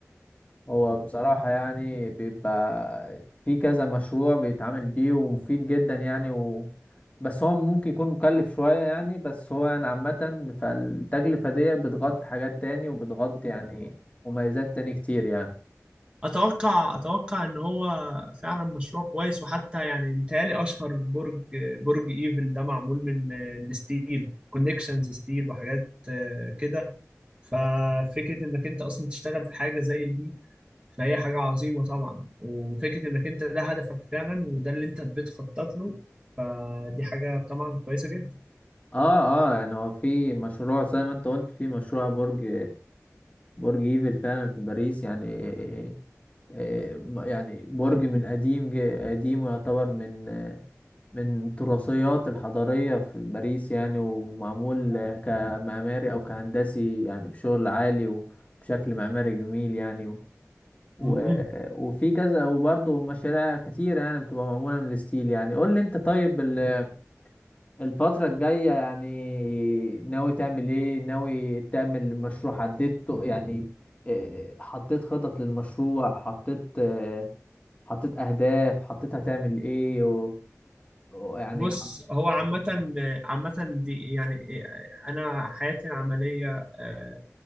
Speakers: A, on the left; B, on the right.
A: هو بصراحة يعني بيبقى في كذا مشروع بيتعامل بيه ومفيد جدا يعني و... بس هو ممكن يكون مكلف شوية يعني بس هو يعني عامة فالتكلفة دي بتغطي حاجات تاني وبتغطي يعني مميزات تاني كتير يعني
B: اتوقع اتوقع ان هو فعلا مشروع كويس وحتى يعني متهيألي اشهر برج برج ايفل ده معمول من آه، الستيل كونكشنز ستيل وحاجات آه، كده ففكره انك انت اصلا تشتغل في حاجه زي دي فهي حاجه عظيمه طبعا وفكره انك انت ده هدفك فعلا وده اللي انت بتخطط له فدي حاجه طبعا كويسه جدا
A: اه اه يعني هو في مشروع زي ما انت قلت في مشروع برج برج ايفل فعلا في باريس يعني آه، آه، يعني برج من قديم ج- قديم ويعتبر من آه، من التراثيات الحضارية في باريس يعني ومعمول آه، كمعماري أو كهندسي يعني بشغل عالي وبشكل معماري جميل يعني و و-
B: م- م.
A: وفي كذا وبرضه مشاريع كتيرة يعني بتبقى معمولة من الستيل يعني قول لي أنت طيب ال... الفترة الجاية يعني ناوي تعمل ايه ناوي تعمل مشروع حددته يعني إيه، حطيت خطط للمشروع حطيت آه، حطيت اهداف حطيت هتعمل ايه و... و- يعني
B: بص
A: حط...
B: هو عامة عامة دي يعني أنا حياتي العملية آه،